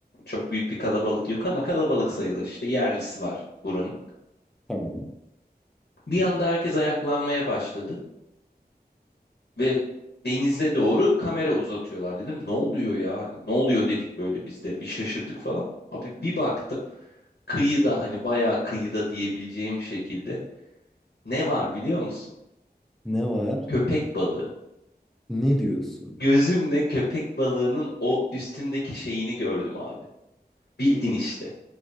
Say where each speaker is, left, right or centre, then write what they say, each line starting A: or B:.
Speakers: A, on the left; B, in the centre.
A: Çok büyük bir kalabalık yok ama kalabalık sayılır işte yerlisi var buranın.
B: Tamam.
A: Bir anda herkes ayaklanmaya başladı ve denize doğru kamera uzatıyorlar dedim. Ne oluyor ya? Hani ne oluyor dedik böyle biz de bir şaşırdık falan. Abi bir baktım kıyıda hani bayağı kıyıda diyebileceğim şekilde ne var biliyor musun?
B: Ne var?
A: Köpek balığı.
B: Ne diyorsun?
A: Gözümle köpek balığının o üstündeki şeyini gördüm abi. Bildin işte.